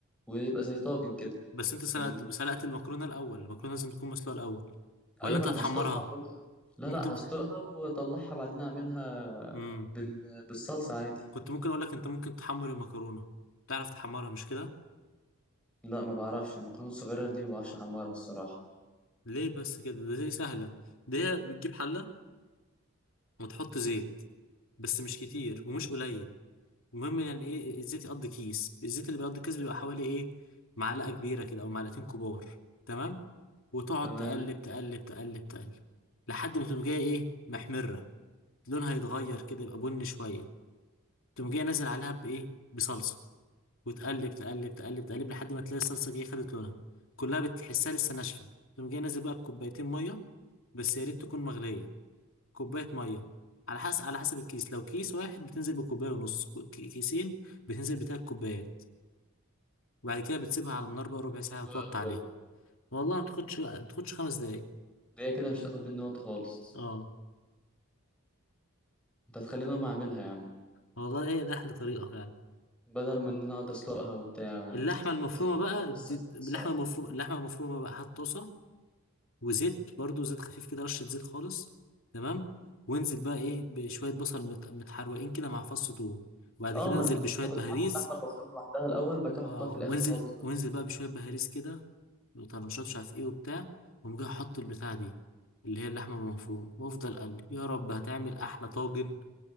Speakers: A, in the centre; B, on the left.
A: ويبقى زي طاجن كده
B: بس انت
A: أنت
B: سلقت
A: فاهمني؟
B: سلقت المكرونه الاول المكرونه لازم تكون مسلوقه الاول ولا
A: أيوة
B: انت
A: ما أنا
B: هتحمرها
A: هسلقها وأعملها لا
B: انت
A: لا هسلقها وأطلعها بعدين أعملها
B: امم
A: بال... بالصلصة عادي
B: كنت ممكن اقول لك انت ممكن تحمر المكرونه تعرف تحمرها مش كده
A: لا ما بعرفش المكرونة الصغيرة دي ما بعرفش أحمرها الصراحة
B: ليه بس كده ده دي سهله ده هي بتجيب حله وتحط زيت بس مش كتير
A: مم.
B: ومش قليل المهم يعني ايه الزيت يقضي كيس الزيت اللي بيقضي كيس بيبقى حوالي ايه معلقه كبيره كده او معلقتين كبار تمام وتقعد
A: تمام
B: تقلب
A: معاك.
B: تقلب تقلب تقلب لحد ما تقوم جاية ايه محمرة لونها يتغير كده يبقى بني شوية تقوم جاية نازل عليها بإيه بصلصة وتقلب تقلب تقلب تقلب لحد ما تلاقي الصلصة جاية خدت لونها كلها بتحسها لسه ناشفة تقوم جاية نازل بقى بكوبايتين مية بس يا ريت تكون مغلية كوباية مية على حسب على حسب الكيس لو كيس واحد بتنزل بكوباية ونص كو- كي- كيسين بتنزل بتلات كوبايات وبعد كده بتسيبها على النار بقى ربع ساعة
A: حلو
B: وتوطي
A: أوي
B: عليها
A: ده
B: والله ما تاخدش ما تاخدش خمس دقايق
A: ده هي كده مش هتاخد مني وقت خالص
B: اه
A: أنت هتخليني أقوم أعملها يا عم
B: والله هي ده احلى طريقه فعلا
A: بدل ما إن أنا أقعد أسلقها وبتاع
B: اللحمه المفرومه
A: زهقت
B: بقى
A: من حوار السلق
B: دي-
A: ده
B: اللحمه
A: الصراحة
B: المفرومه اللحمه المفرومه بقى هات طاسه وزيت برضو زيت خفيف كده رشه زيت خالص تمام وانزل بقى ايه بشويه بصل مت... متحروقين كده مع فص ثوم وبعد
A: اه
B: كده
A: ما
B: انزل
A: انا
B: بشويه بهاريز
A: كنت عامل اللحمه المفرومه لوحدها الاول بعد كده احطها
B: اه
A: في
B: وانزل
A: الاخر خالص بقى
B: وانزل بقى بشويه بهاريز كده وطرنشات مش عارف ايه وبتاع وقوم جاي احط البتاع دي اللي هي اللحمه المفرومه وافضل اقلب يا رب هتعمل احلى طاجن